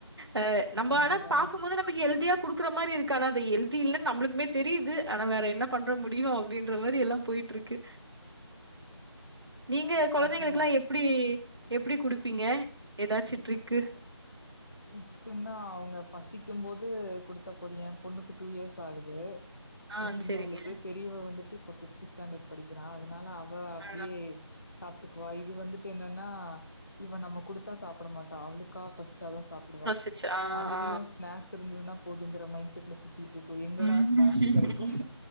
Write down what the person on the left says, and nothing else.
அதுதா
அதுதா
ட்ரீக்குன்னா அவுங்க பசிக்கும் போது குடுத்தா போதும் என் பொண்ணுக்கு டூ இயர்ஸ் ஆகுது
சின்னவளுக்கு
பெரியவ வந்துட்டு இப்ப பிப்த் ஸ்டாண்டர்ட் படிக்கிறா அதனால அவ அப்டியே
சாப்டுக்குவா இது வந்துட்டு என்னன்னா இவ நம்ம குடுத்தா சாப்ட மாட்டா அவளுக்கா பசிசாதா சாப்டுவா
அதுலயு
ஸ்நாக்ஸ் ஸ் இருந்ததுனா போதுங்கிற மைண்ட் செட்ல சு திட்டு இருக்கு எங்கடா
ஸ்நாக்ஸ் கெடைக்கு